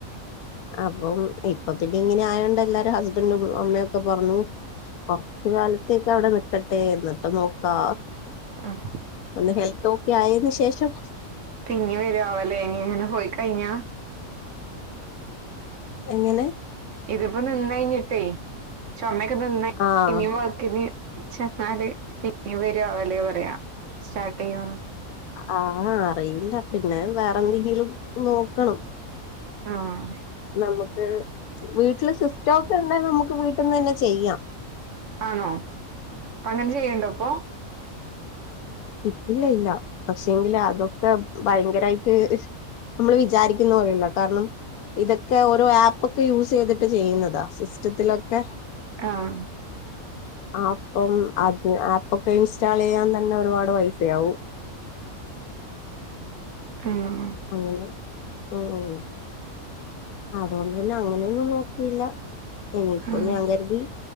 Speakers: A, on the left; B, on the right.
A: അപ്പം ഇപ്പൊ പിന്നെ ഇങ്ങനെയായോണ്ട് എല്ലാരും ഹസ്ബൻഡും അമ്മയൊക്കെ പറഞ്ഞു. കൊറച്ച് കാലത്തേക്ക് അവടെ നിക്കട്ടെ എന്നിട്ട് നോക്കാ
B: ആഹ്
A: ഒന്ന് ഹെൽ ത്ത് ഒക്കെ ആയേന് ശേഷം.
B: പിന്നിം വരാവലേ ഇനി ഇങ്ങനെ പോയി കഴിഞ്ഞാ.
A: എങ്ങനെ
B: ഇതിപ്പ നിന്ന് കഴിഞ്ഞിട്ടേ ചൊമെക്കെ നിന്നേ
A: ആഹ്
B: ഇനി വർ ക്ക്ന് ചെന്നാല് പിന്നിം വരാവലേ പറയാ സ്റ്റാട്ട് ചെയ്യാണേ
A: ആഹ് അറിയില്ല പിന്നെ വേറെന്തെങ്കിലും നോക്കണം.
B: ആഹ്
A: നമ്മക്ക് വീട്ടില് സിസ്റ്റം ഒക്കെ ഉണ്ടാന്നെ നമ്മക്ക് വീട്ടിന്ന് തന്നെ ചെയ്യാം.
B: ആണോ അങ്ങനെ ചെയ്യണ്ടോ പ്പൊ
A: ഇപ്പ ഇല്ല ല്ല പക്ഷെങ്കില് അതൊക്കെ ഭയങ്കരായിട്ട്. നമ്മെള് വിചാരിക്കുന്ന പോലെയല്ല കാരണം. ഇതൊക്കെ ഓരോ ആപ്പെക്കെ യൂസ് ചെയ്തിട്ട് ചെയ്യുന്നതാ സിസ്റ്റത്തിലെക്കെ.
B: ആഹ്
A: ആപ്പം അതെ ആപ്പെക്കെ ഇൻസ്റ്റാൾ ചെയ്യാൻ തന്നെ ഒരുപാട് പൈസയാവും
B: ആഹ്
A: അങ്ങനെ മ് മ് അതുകൊണ്ട് പിന്നെ അങ്ങനെയൊന്നും നോക്കിയില്ല. ഇനിയിപ്പോ
B: ഉം
A: ഞാൻ കരുതി.